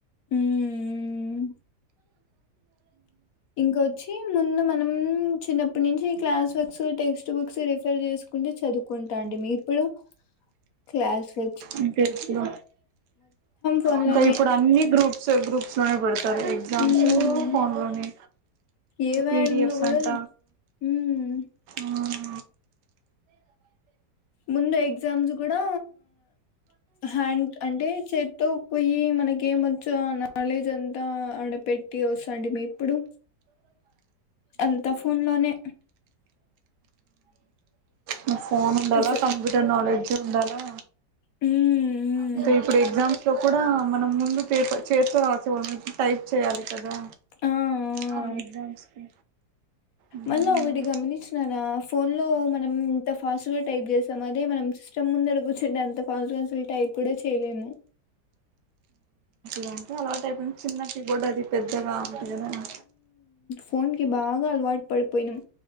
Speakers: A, on the left; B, on the right.
A: ఊమ్ ఇంకొచ్చి ముందు మనం చిన్నప్పటి నుంచి class works text books refer జే చెస్కుంటు చదుకుంటాటిమి ఇప్పుడు క్లాస్ వ
B: అంతే ఇప్పుడు
A: ఫోన్
B: ఇంక
A: లోనే
B: ఇపుడు అన్ని గ్రూప్సు గ్రూప్స్ లోనే పెడ్ టరు ఎగ్జామ్స్
A: ఉమ్
B: సు ఫోన్ లోనే
A: ఏ యాడ్
B: పిడిఎఫ్స్
A: ఉందో కూడా
B: అంట
A: ఉమ్
B: ఆహా
A: ముందు ఎగ్జామ్స్ గూడా హ్యాండ్ అంటే చేతో పోయి మనకి ఏమొచ్చో ఆ నాలెడ్జ్ అంతా ఆడ పెట్టి ఒస్సాంటిమి ఇప్పుడు అంత ఫోన్ లోనే
B: మీ ఫోన్ ఉండాలా
A: అస్
B: కంప్యూటర్ నాలెడ్జ్ ఉండాలా
A: మ్మ్ మ్మ్
B: అంటే ఇప్పుడు ఎగ్జామ్స్ లో కూడా మనం ముందు పేపర్ చేతో రాసే వాళ్ళం టైప్ చేయాలి కదా
A: ఆ ఆ
B: కొన్ని ఎగ్జామ్స్ కి ఊమ్
A: మళ్ళా ఒకటి గమనించినారా ఫోన్ లో మనం టఫ్ ఫాస్ట్ గా టైప్ చేస్తాం. అది మనం సిస్టం ముందర కూర్చుంటే, అంత ఫాస్ట్ గా అసల్ టైప్ కూడా చేయ్లేము.
B: దంటే అలవాటైపోయింది చిన్న కి బోర్డ్ అది పెద్దగా అతేబనా
A: ఫోన్ కి బాగా అల్వాట్ పడిపోయినాం